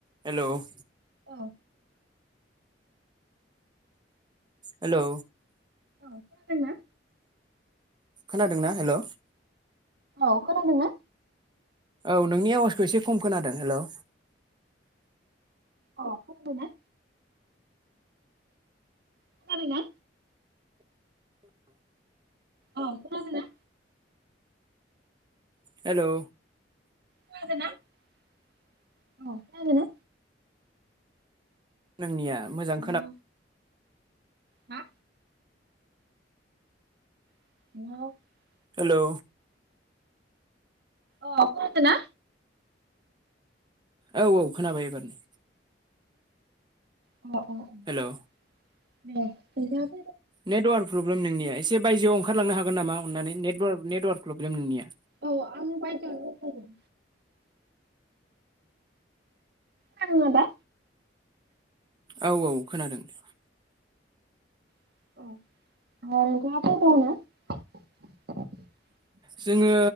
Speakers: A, on the right; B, on the right.
A: हेल'।
B: औ।
A: हेलौ।
B: औ खोनादों ना?
A: खोनादों ना हेल'?
B: औ खोनादों ना?
A: औ नोंनि आवाजखौ एसे खम खोनादों हेलौ।
B: अ खोनादों ना? खोनादों ना? औ खोनादों ना?
A: हेलौ।
B: खोनादो ना औ खोनादो ना?
A: नोंनिया मोजां
B: हेलौ
A: खोना
B: हा? <unintelligible>
A: हेलौ
B: अ खोनादो ना?
A: औ औ खोनाबाय एबारना
B: अ अ
A: हेलौ
B: <unintelligible>
A: नेटवार्क प्रब्लेम नोंनिया एसे बायजोआव ओंखारलांनो हागोन नामा अननानै नेकवार्क नेटवार्क प्रब्लेम नोंनिया।
B: औ आं बायजोआवनो दंखायो। खोनादों ना दा?
A: औ औ खोनादों दे।
B: <unintelligible>
A: जोङो